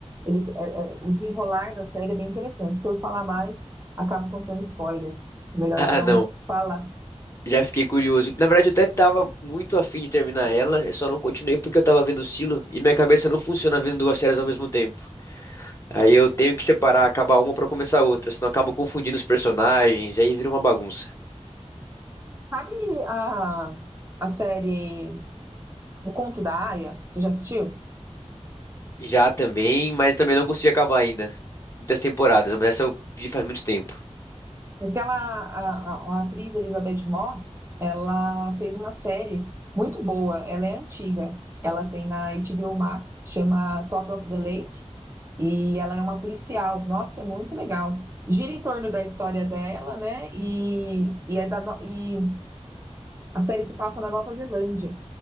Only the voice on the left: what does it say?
Ah,
não.
Já fiquei curioso. Na verdade, eu até tava muito afim de terminar ela, eu só não continuei porque eu tava vendo o Silo e minha cabeça não funciona vendo duas séries ao mesmo tempo. Aí eu tenho que separar, acabar uma pra começar outra, senão eu acabo confundindo os personagens, aí vira uma bagunça.
Já também, mas também não consegui acabar ainda. Muitas temporadas, mas essa eu vi faz muito tempo.